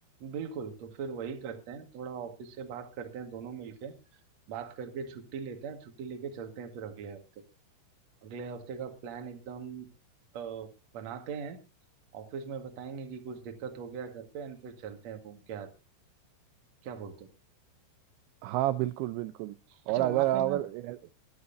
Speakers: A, on the right; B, on the right.
A: बिल्कुल तो फिर वही करते हैं थोड़ा ऑफिस से बात करते हैं दोनों मिलके बात करके छुट्टी लेते हैं छुट्टी लेके चलते हैं फिर अगले हफ्ते अगले हफ्ते का प्लान एकदम अ, बनाते हैं ऑफिस में बताएंगे कि कुछ दिक्कत हो गया घर पे एंड फिर चलते हैं घूम के आते हैं। क्या बोलते हो
B: हाँ बिल्कुल बिल्कुल
A: अच्छा
B: और अगर
A: वहां
B: अगर
A: पे ना